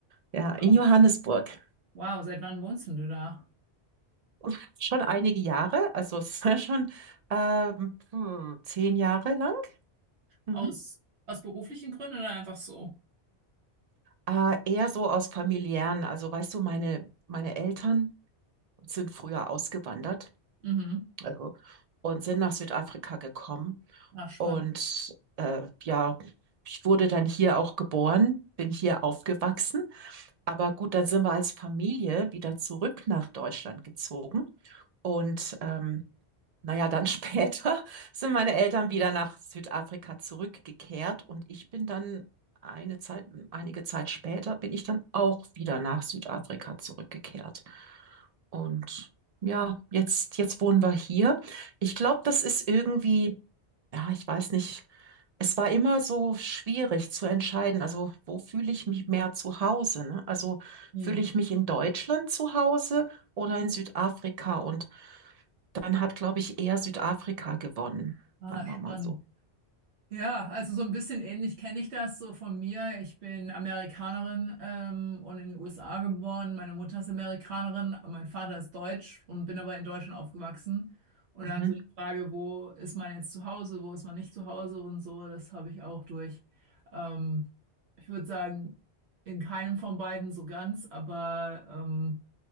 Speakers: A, on the right; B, on the right.
A: ja,
B: Wow.
A: in Johannesburg.
B: Wow, seit wann wohnst denn du da?
A: Und Schon einige Jahre, also es <laughs> ist schon ähm, puh, zehn Jahre lang. Mhm.
B: Aus, aus beruflichen Gründen oder einfach so?
A: Äh, eher so aus familiären, also weißt du, meine, meine Eltern sind früher ausgewandert,
B: Mhm.
A: also und sind nach Südafrika gekommen.
B: Ach, spannend.
A: Und äh, ja, ich wurde dann hier auch geboren, bin hier aufgewachsen. Aber gut, dann sind wir als Familie wieder zurück nach Deutschland gezogen. Und ähm, naja, dann <laughs> später sind meine Eltern wieder nach Südafrika zurückgekehrt und ich bin dann eine Zeit, einige Zeit später bin ich dann auch wieder nach Südafrika zurückgekehrt. Und ja, jetzt, jetzt wohnen wir hier. Ich glaube, das ist irgendwie, ja, ich weiß nicht, es war immer so schwierig zu entscheiden, also wo fühle ich mich mehr zu Hause, ne? Also
B: Hm.
A: fühle ich mich in Deutschland zu Hause oder in Südafrika? Und dann hat, glaube ich, eher Südafrika gewonnen,
B: Ah,
A: sagen
B: spannend.
A: wir mal so.
B: Ja, also so ein bisschen ähnlich kenne ich das so von mir. Ich bin Amerikanerin ähm, und in den USA geboren. Meine Mutter ist Amerikanerin, aber mein Vater ist deutsch und bin aber in Deutschland aufgewachsen. Und
A: Mhm,
B: dann so die Frage, wo ist man jetzt zu Hause, wo ist man nicht zu Hause und so, das habe ich auch durch. Ähm, ich würde sagen, in keinem von beiden so ganz, aber ähm,